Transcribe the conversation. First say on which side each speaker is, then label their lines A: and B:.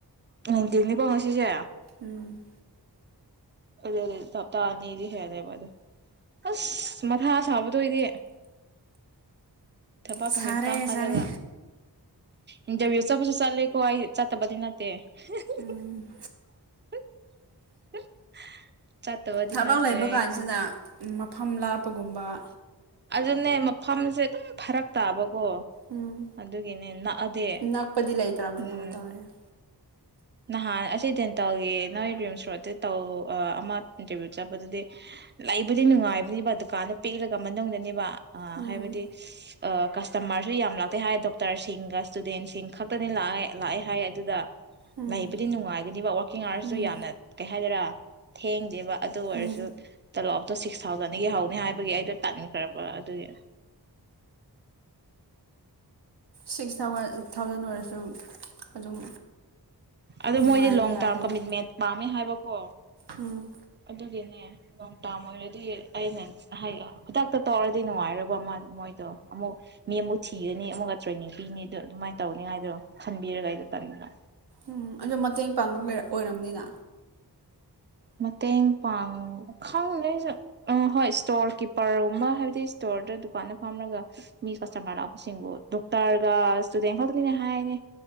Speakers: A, on the right; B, on the right.
A: ꯅꯤꯡꯇꯤꯅꯤꯀꯣ ꯉ ꯁꯤꯁꯦ
B: ꯎꯝ
A: ꯑꯗꯨ ꯑꯗꯨꯗꯤ ꯇꯞꯇꯥ ꯑꯅꯤꯗꯤ ꯍꯦꯜꯂꯦꯕ ꯑꯗꯨ ꯑꯁ ꯃꯊꯥ ꯁꯥꯕꯗ ꯑꯣꯏꯗꯤ ꯊꯕꯥꯛ
B: ꯁꯥꯔꯦ
A: ꯇꯕꯤ ꯇꯥꯡꯈꯜꯂꯒ
B: ꯁꯥꯔꯦ
A: ꯏꯟꯇꯔꯚꯤꯌꯨ ꯆꯠꯄꯁꯨ ꯆꯠꯂꯦꯀꯣ ꯑꯩ ꯆꯠꯇꯕꯗꯤ ꯅꯠꯇꯦ <unintelligible>
B: ꯎꯝ
A: <unintelligible>
B: ꯊꯕꯛ
A: ꯅꯠꯇ꯭ꯔꯦ
B: ꯂꯩꯕ
A: ꯑꯩꯁꯦ
B: ꯀꯥꯟꯁꯤꯗ ꯃꯐꯝ ꯂꯥꯞ ꯒꯨꯝꯕ ꯍ
A: ꯑꯗꯨꯅꯦ ꯃꯐꯝꯁꯦ ꯑꯗꯨꯝ ꯐꯔꯛ ꯇꯥꯕ ꯀꯣ
B: ꯎꯝ
A: ꯑꯗꯨꯒꯤꯅꯦ ꯅꯛꯑꯗꯤ
B: ꯅꯛꯄꯗꯤ ꯂꯩꯇ꯭ꯔꯕꯅꯦꯕ
A: ꯎꯝ
B: ꯇꯧꯔꯤꯁꯦ
A: ꯅꯍꯥꯟ ꯑꯁꯤ ꯗꯦꯟꯇꯧꯒꯤ ꯅꯣꯏ ꯔꯤꯝꯁ ꯔꯣꯗꯇ ꯇꯧ ꯑꯃ ꯏꯟꯇꯔꯚꯤꯌꯨ ꯆꯠꯄꯗꯨꯗꯤ ꯂꯩꯕꯨꯗꯤ ꯅꯨꯡꯉꯥꯏꯕꯅꯤꯕ ꯗꯨꯀꯥꯟꯗ ꯄꯤꯛꯂꯒ ꯃꯅꯨꯡꯗꯅꯦꯕ ꯑ
B: ꯎꯝ
A: ꯍꯥꯏꯕꯗꯤ ꯀꯁꯇꯃꯔꯁꯨ ꯌꯥꯝ ꯂꯥꯛꯇꯦ ꯍꯥꯏ ꯗꯣꯛꯇꯔꯁꯤꯡꯒ ꯏꯁꯇꯨꯗꯦꯟꯁꯤꯡ ꯈꯛꯇꯅꯤ ꯂꯑꯦ ꯂꯥꯛꯑꯦ ꯍꯥꯏ ꯑꯗꯨꯗ
B: ꯎꯝ
A: ꯂꯩꯕꯨꯗꯤ ꯅꯨꯡꯉꯥꯏꯒꯅꯤꯕ ꯋꯥꯔꯀꯤꯡ ꯑꯋꯥꯔꯁꯨ
B: ꯎꯝ
A: ꯌꯥꯝꯅ ꯀꯩ ꯍꯥꯏꯗꯣꯏꯔꯥ ꯊꯦꯡꯡ ꯗꯦꯕ ꯑꯗꯨ ꯑꯣꯏꯔꯁꯨ
B: ꯎꯝ
A: ꯇꯂꯣꯞ ꯇꯣ ꯁꯤꯛꯁ ꯊꯥꯎꯖꯟꯗꯒꯤ ꯍꯧꯧꯅꯤ ꯍꯥꯏꯕꯒꯤ ꯑꯩꯗꯣ ꯇꯥꯟꯅꯤꯡꯈ꯭ꯔꯕ ꯑꯗꯨꯒꯤ
B: ꯁꯤꯛꯁ ꯊꯥꯎꯖꯟ ꯑꯣꯏꯔꯁꯨ ꯑꯗꯨꯝ
A: ꯑꯣ
B: ꯅꯨꯡꯉꯥꯏꯔꯗꯤ
A: ꯃꯣꯏꯗꯤ ꯂꯣꯡ
B: ꯌꯥꯔꯦ
A: ꯇꯥꯔꯝ
B: ꯀꯩꯅꯣ
A: ꯀꯃꯤꯠꯃꯦꯟ ꯄꯥꯝꯃꯦ ꯍꯥꯏꯕꯀꯣ
B: ꯎꯝ
A: ꯑꯗꯨꯒꯤꯅꯦ ꯅ ꯇꯥꯝꯃꯔꯦ ꯑꯗꯨꯒꯤ ꯑꯩꯅ ꯍꯗꯥꯛꯇ ꯇꯧꯔꯗꯤ ꯅꯨꯡꯉꯥꯏꯕ ꯑꯃ ꯃꯣꯏꯗꯣ ꯑꯃꯨꯛ ꯃꯤ ꯑꯃꯨꯛ ꯊꯤꯒꯅꯤ ꯑꯃꯛꯒ ꯇ꯭ꯔꯦꯅꯤꯡ ꯄꯤꯅꯤ ꯑꯗꯨꯗꯣ ꯑꯗꯨꯃꯥꯏꯅ ꯇꯧꯅꯤꯉꯥꯏꯗꯣ ꯈꯟꯕꯤꯔꯒ ꯑꯩꯗ ꯄꯟꯕ
B: ꯎꯝ ꯑꯗꯨ ꯃꯇꯦꯡ ꯄꯥꯡꯕ ꯑꯣꯏꯔꯕꯅꯤꯅ
A: ꯃꯇꯦꯡ ꯄꯥꯡ ꯈꯪ ꯑ ꯍꯣꯏ ꯏꯁꯇꯣꯔ ꯀꯤꯞꯄꯔꯒꯨꯝꯕ ꯍꯥꯏꯕꯗꯤ ꯏꯁꯇꯣꯔꯗ ꯗꯨꯀꯥꯟꯗ ꯐꯥꯝꯔꯒ ꯃꯤ ꯀꯁꯇꯃꯔ ꯂꯥꯛꯄꯁꯤꯡꯕꯨ ꯗꯣꯛꯇꯔꯒ ꯏꯁꯇꯨꯗꯦꯟ ꯈꯛꯇꯅꯤꯅꯦ ꯍꯥꯏꯅꯦ